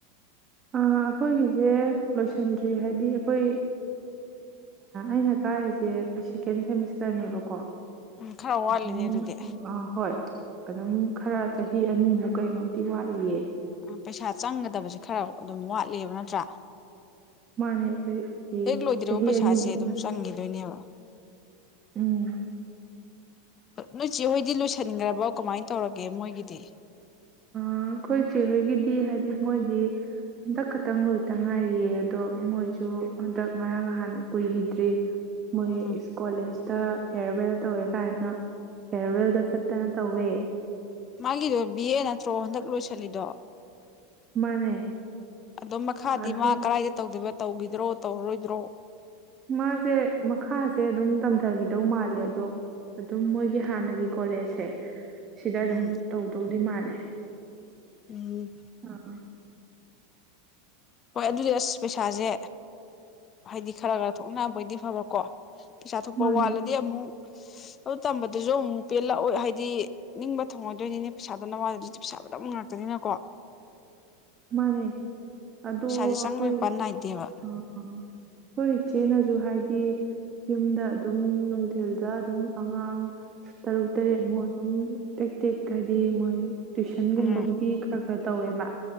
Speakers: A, on the right; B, on the left.
A: ꯑꯩꯈꯣꯏꯒꯤꯁꯦ ꯂꯣꯏꯁꯤꯟꯗ꯭ꯔꯤ ꯍꯥꯏꯗꯤ ꯑꯩꯈꯣꯏ ꯑꯩꯅ ꯀꯥꯔꯤꯁꯦ ꯑꯩꯈꯣꯏ ꯁꯦꯀꯦꯟ ꯁꯦꯃꯤꯁꯇꯔꯅꯦꯕꯀꯣ
B: ꯎꯝ ꯈꯔ ꯋꯥꯠꯂꯤꯅꯦ
A: ꯑꯗꯨꯝ
B: ꯑꯗꯨꯗꯤ
A: ꯑ ꯍꯣꯏ ꯑꯗꯨꯝ ꯈꯔ ꯆꯍꯤ ꯐꯤ ꯑꯅꯤꯃꯨꯛ ꯀꯩꯃꯨꯛꯇꯤ ꯋꯥꯠꯂꯤꯌꯦ
B: ꯄꯩꯁꯥ ꯆꯪꯒꯗꯕꯁꯦ ꯈꯔ ꯑꯗꯨꯝ ꯋꯥꯠꯂꯤꯕ ꯅꯠꯇ꯭ꯔꯥ
A: ꯃꯥꯅꯦ ꯍꯥꯏꯗꯤ
B: ꯍꯦꯛ ꯂꯣꯏꯗ꯭ꯔꯤꯕ
A: ꯆꯍꯤ
B: ꯄꯩꯁꯥꯁꯦ
A: ꯑꯅꯤꯃꯨꯛ
B: ꯑꯗꯨꯝ ꯆꯪꯈꯤꯗꯣꯏꯅꯦꯕ
A: ꯎꯝ
B: ꯅꯣꯏ ꯆꯦ ꯍꯣꯏꯗꯤ ꯂꯣꯏꯁꯤꯟꯈ꯭ꯔꯕꯣ ꯀꯃꯥꯏꯅ ꯇꯧꯔꯒꯦ ꯃꯣꯏꯒꯤꯗꯤ
A: ꯑꯩꯈꯣꯏ ꯏꯆꯦꯍꯣꯏꯒꯤꯗꯤ ꯍꯥꯏꯗꯤ ꯃꯣꯏꯗꯤ ꯍꯟꯗꯛ ꯈꯛꯇꯪ ꯂꯣꯏꯇ ꯉꯥꯏꯔꯤꯌꯦ ꯑꯗꯣ ꯃꯣꯏꯁꯨ ꯍꯟꯗꯛ ꯉꯔꯥꯡ ꯅꯍꯥꯟ ꯀꯨꯏꯈꯤꯗ꯭ꯔꯤ ꯃꯣꯏ
B: ꯎꯝ
A: ꯀꯣꯂꯦꯁꯀꯤ ꯇ ꯐꯤꯔꯋꯦꯜ ꯇꯧꯋꯦ ꯀꯥꯏꯅ ꯐꯤꯔꯋꯦꯜꯒ ꯆꯠꯇꯅ ꯇꯧꯋꯦ
B: ꯃꯥꯒꯤꯣ ꯕꯤ ꯅꯦ ꯅꯠꯇ꯭ꯔꯣ ꯍꯟꯗꯛ ꯂꯣꯏꯁꯤꯜꯂꯤꯗꯣ
A: ꯃꯥꯅꯦ
B: ꯑꯣ ꯃꯈꯥꯗꯤ
A: ꯑꯗꯣ
B: ꯃꯥ ꯀꯗꯥꯏꯗ ꯇꯧꯗꯣꯏꯕ ꯇꯧꯈꯤꯗ꯭ꯔꯣ ꯇꯧꯔꯔꯣꯏꯗ꯭ꯔꯣ
A: ꯃꯥꯁꯦ ꯃꯈꯥꯁꯦ ꯑꯗꯨꯝ ꯇꯝꯊꯈꯤꯗꯧ ꯃꯥꯜꯂꯦ ꯑꯗꯣ ꯑꯗꯨꯝ ꯃꯣꯏꯒꯤ ꯍꯥꯟꯅꯒꯤ ꯀꯣꯂꯦꯖꯁꯦ ꯁꯤꯗ ꯑꯗꯨꯝ
B: ꯎꯝ
A: ꯇꯧꯗꯧꯗꯤ ꯃꯥꯜꯂꯦ
B: ꯎꯝ
A: ꯑꯥ
B: ꯍꯣꯏ ꯑꯗꯨꯗꯤ ꯑꯁ ꯄꯩꯁꯥꯁꯦ ꯍꯥꯏꯗꯤ ꯈꯔ ꯈꯔ ꯊꯣꯛꯅꯅꯕꯩꯗꯤ ꯐꯕ꯭ꯔꯥꯀꯣ ꯄꯩꯁꯥ ꯊꯣꯛꯄ
A: ꯃꯥꯅꯦ
B: ꯋꯥꯠꯂꯗꯤ ꯑꯃꯨꯛ ꯑꯗꯨ ꯇꯝꯕꯗꯨꯁꯨ ꯑꯃꯨꯛ ꯄꯦꯜꯂꯛꯑꯣꯏ ꯍꯥꯏꯗꯤ ꯅꯤꯡꯕ ꯊꯪꯉꯣꯏꯗꯣꯏꯅꯤꯅꯦ ꯄꯩꯁꯥꯗ ꯅꯋꯥꯗ ꯄꯩꯁꯥꯕꯨꯗ ꯉꯥꯛꯇꯅꯤꯅꯀꯣ
A: ꯃꯅꯤ ꯑꯗꯣ
B: ꯄꯩꯁꯥꯁꯦ ꯆꯪꯕ
A: ꯑꯩꯈꯣꯏ
B: ꯃꯄꯥꯟ ꯅꯥꯏꯗꯦꯕ
A: ꯑ ꯑꯩꯈꯣꯏ ꯏꯆꯦꯅꯁꯨ ꯍꯥꯏꯗꯤ ꯌꯨꯝꯗ ꯑꯗꯨꯝ ꯅꯨꯡꯊꯤꯜꯗ ꯑꯗꯨꯝ ꯑꯉꯥꯡ ꯇꯔꯨꯛ ꯇꯔꯦꯠꯃꯨꯛ ꯑꯗꯨꯝ ꯇꯦꯛ ꯇꯦꯛꯀꯗꯤ ꯃꯣꯏ ꯇ꯭ꯋꯏꯁꯟꯒꯨꯝꯕꯕꯨꯗꯤ
B: ꯎꯝ
A: ꯈꯔ ꯈꯔ ꯇꯧꯋꯦꯕ